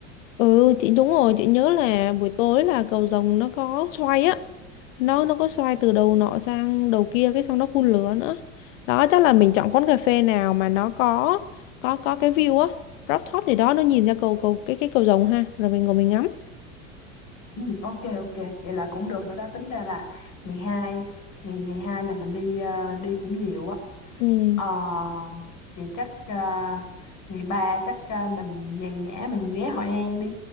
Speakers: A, on the left; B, on the left.
A: Ừ chị đúng rồi chị nhớ là buổi tối là cầu rồng nó có xoay á nó nó có xoay từ đầu nọ sang đầu kia cái xong nó phun lửa nữa đó chắc là mình chọn quán cà phê nào mà nó có có có cái view á rooftop gì đó nó nhìn ra cầu cầu cái cái cầu rồng ha rồi mình ngồi mình ngắm
B: ừ, ok ok vậy là cũng được rồi đó tính ra là ngày hai ngày ngày hai là mình đi à, đi cũng nhiều á
A: ừ
B: Ờ, vậy chắc à, ngày ba chắc à, mình nhàn nhã mình ghé Hội An đi